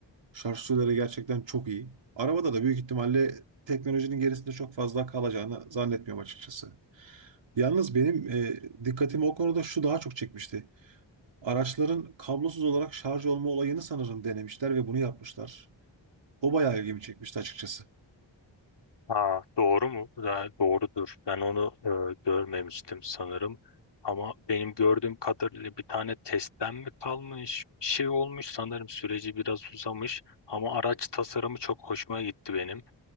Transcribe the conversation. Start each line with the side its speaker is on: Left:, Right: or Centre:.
Right: şarj süreleri gerçekten çok iyi. Arabada da büyük ihtimalle teknolojinin gerisinde çok fazla kalacağını zannetmiyorum açıkçası. Yalnız benim e, dikkatimi o konuda şu daha çok çekmişti. Araçların kablosuz olarak şarj olma olayını sanırım denemişler ve bunu yapmışlar. O bayağı ilgimi çekmişti açıkçası.
Left: Aa, doğru mu? Ya, doğrudur. Ben onu e, görmemiştim sanırım. Ama benim gördüğüm kadarıyla bir tane testten mi kalmış? Bir şey olmuş sanırım. Süreci biraz uzamış. Ama araç tasarımı çok hoşuma gitti benim.